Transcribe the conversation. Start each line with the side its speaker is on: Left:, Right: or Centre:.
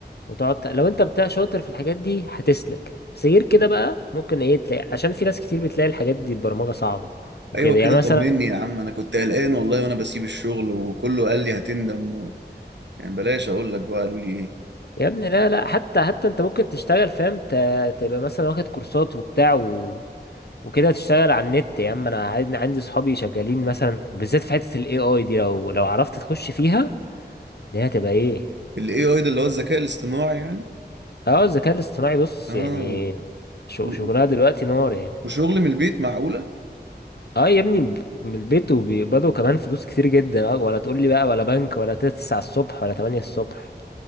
Left: وتقعد ت- لو انت بتاع شاطر في الحاجات دي هتسلك بس غير كده بقى ممكن ايه تلاقي عشان في ناس كتير بتلاقي الحاجات دي البرمجة صعبة وكده
Right: ايوه
Left: يعني
Right: كده
Left: مثلا
Right: طمني يا عم انا كنت قلقان والله وانا بسيب الشغل وكله قال لي هتندم و... يعني بلاش اقول لك بقى قالوا لي ايه
Left: يا ابني لا لا حتى حتى انت ممكن تشتغل فاهم ت- تبقى مثلا واخد كورسات وبتاع و... وكده تشتغل على النت يا عم انا عندي عندي صحابي شغالين مثلا بالذات في حته الاي اي دي لو لو عرفت تخش فيها دي هتبقى ايه
Right: الاي اي ده اللي هو الذكاء الاصطناعي يعني
Left: اه الذكاء الاصطناعي بص
Right: اه
Left: يعني شو
Right: و...
Left: شغلها دلوقتي نار يعني
Right: وشغل من البيت معقوله
Left: اه يا ابني ب- من البيت وبيقبضوا كمان فلوس كتير جدا اه ولا تقول لي بقى ولا بنك ولا 9 الصبح ولا 8 الصبح